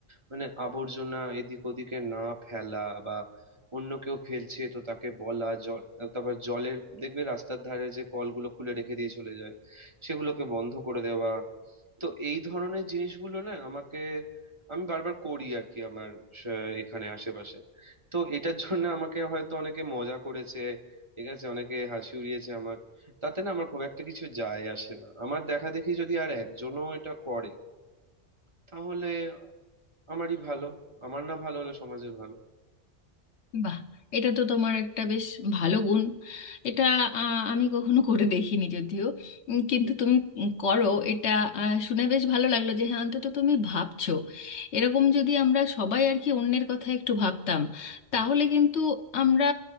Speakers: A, on the right; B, on the left.
A: মানে আবর্জনা এদিক ওদিকে না ফেলা বা অন্য কেউ ফেলছে তো তাকে বলা জল তারপর জলের দেখবে রাস্তার ধারে যে কলগুলো খুলে রেখে দিয়ে চলে যায় সেগুলোকে বন্ধ করে দেওয়া তো এই ধরনের জিনিসগুলো না আমাকে আমি বারবার করি আর কি আমার স- এখানে আশেপাশে তো এটার জন্য আমাকে হয়তো অনেকে মজা করেছে ঠিক আছে অনেকে হাসি উড়িয়েছে আমার তাতে না আমার খুব একটা কিছু যায় আসে না আমার দেখা দেখি যদি আর একজনও এটা করে তাহলে আমারই ভালো আমার না ভালো হলে সমাজের ভালো
B: বাহ এটা তো তোমার একটা বেশ ভালো গুণ এটা আহ, আমি কখনো করে দেখিনি যদিও উম, কিন্তু তুমি উম, করো এটা আহ, শুনে বেশ ভালো লাগলো যে হ্যাঁ অন্তত তুমি ভাবছো এরকম যদি আমরা সবাই আর কি অন্যের কথা একটু ভাবতাম তাহলে কিন্তু আমরা